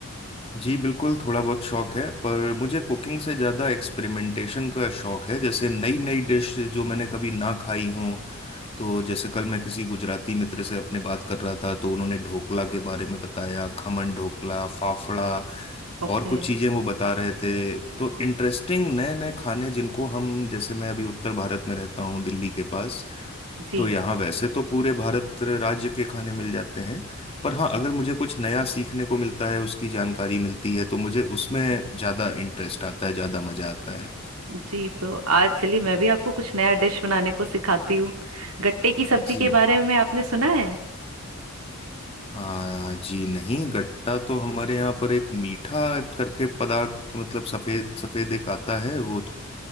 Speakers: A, on the left; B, on the right.
A: जी बिल्कुल थोड़ा बहुत शौक है पर मुझे कुकिंग से ज़्यादा एक्सपेरिमेंटेशन का शौक है जैसे नई नई डिश जो मैंने कभी ना खाई हों तो जैसे कल मैं किसी गुजराती मित्र से अपने बात कर रहा था तो उन्होंने ढोकला के बारे में बताया खमन ढोकला फाफड़ा
B: ओके
A: और कुछ चीजें वो बता रहे थे तो इंटरेस्टिंग नए नए खाने जिनको हम जैसे मैं अभी उत्तर भारत में रहता हूँ दिल्ली के पास
B: जी
A: तो यहाँ वैसे तो पूरे भारत राज्य के खाने मिल जाते हैं पर हाँ अगर मुझे कुछ नया सीखने को मिलता है उसकी जानकारी मिलती है तो मुझे उसमें ज्यादा इंटरेस्ट आता है ज्यादा मजा आता है
B: जी तो आज चलिए मैं भी आपको कुछ नया डिश बनाने को सिखाती हूँ गट्टे की सब्जी
A: जी
B: के बारे में आपने सुना है
A: हाँ जी नहीं गट्टा तो हमारे यहाँ पर एक मीठा करके पदार्थ मतलब सफेद सफेद एक आता है वो